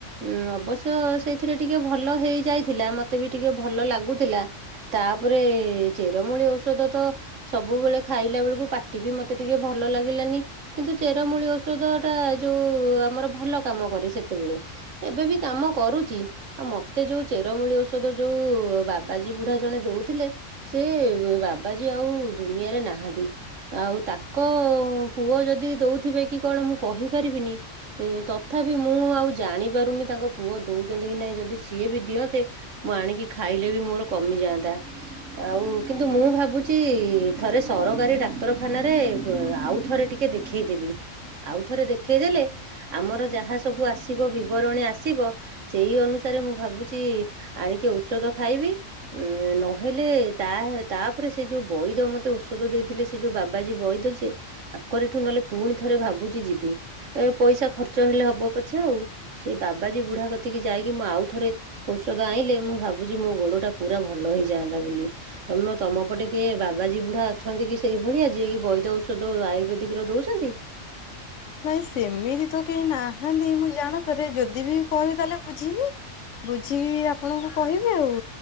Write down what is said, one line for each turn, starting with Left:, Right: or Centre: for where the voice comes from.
Right: ଉଁ ଅବଶ୍ୟ ସେଇଥିରେ ଟିକେ ଭଲ- ହେଇ ଯାଇଥିଲା ମୋତେ ବି ଟିକେ ଭଲ ଲାଗୁଥିଲା ତାପରେ ଚେରମୂଳି ଔଷଧ ତ ସବୁବେଳେ ଖାଇଲା ବେଳକୁ ପାଟି ବି ମୋତେ ଟିକେ ଭଲ ଲାଗିଲାନି କିନ୍ତୁ ଚେରମୂଳି ଔଷଧ ଟା ଯୋଉ ଆମର ଭଲ କାମ କରେ ସେତେବେଳେ ଏବେବି କାମ କରୁଛି ଆଉ ମତେ ଯୋଉ ଚେରମୂଳି ଔଷଧ ଯୋଉ ବାବାଜୀ ବୁଢା ଜଣେ ଦଉଥିଲେ ସେ ବାବାଜୀ ଆଉ ଦୁନିଆରେ ନାହାନ୍ତି ଆଉ ତାଙ୍କ ପୁଅ ଯଦି ଦଉଥିବେ କି କଣ ମୁଁ କହିପାରିବିନି ତଥାପି ମୁଁ ଆଉ ଜାଣିପାରୁନି ତାଙ୍କ ପୁଅ ଦଉଛନ୍ତି କି ନାହିଁ ଯଦି ସିଏ ବି ଦିଅନ୍ତେ ମୁଁ ଆଣିକି ଖାଇଲେ ବି ମୋର କମିଯାଆନ୍ତା ଆଉ କିନ୍ତୁ ମୁଁ ଭାବୁଛି ଥରେ ସରକାରୀ ଡାକ୍ତରଖାନାରେ ଆଉ ଥରେ ଟିକେ ଦେଖେଇଦେବି ଆଉଥରେ ଦେଖେଇଦେଲେ ଆମର ଯାହା ସବୁ ଆସିବ ବିବରଣୀ ଆସିବ। ସେଇ ଅନୁସାରେ ମୁଁ ଭାବୁଛି ଆଣିକି ଔଷଧ ଖାଇବି ଉ ନହ ହେଲେ ତା ତାପରେ ସେ ଯୋଉ ବୈଦ ମତେ ଔଷଧ ଦେଇଥିଲେ ସେ ଯୋଉ ବାବାଜୀ ବୈଦ ସି ତାଙ୍କରିଠୁ ନହେଲେ ପୁଣି ଥରେ ଭାବୁଛି ଯିବି ଏ ପଇସା ଖର୍ଚ୍ଚ ହେଲେ ହବ ପଛେ ଆଉ ସେଇ ବାବାଜୀ ବୁଢା କତିକି ଯାଇକି ମୁଁ ଆଉ ଥରେ ଔଷଧ ଆଣିଲେ ମୁଁ ଭାବୁଛି ମୋ ଗୋଡ ଟା ପୁରା ଭଲ ହେଇଯାଆନ୍ତା। ତମ ତମ ପଟେ କିଏ ବାବାଜୀ ବୁଢା ଅଛନ୍ତି କି ସେଇ ଭଳିଆ ଯିଏକ ବୈଦ ଔଷଧ ଆୟୁର୍ବେଦିକ ର ଦଉଛନ୍ତି।
Left: ନାଇଁ ସେମିତି ତ କେହି ନାହାନ୍ତି ମୁଁ ଜାଣ ତରେ ଯଦି ବି କହିବି ତାହେଲେ ବୁଝିବି ବୁଝିକି ଆପଣଙ୍କୁ କହିବି ଆଉ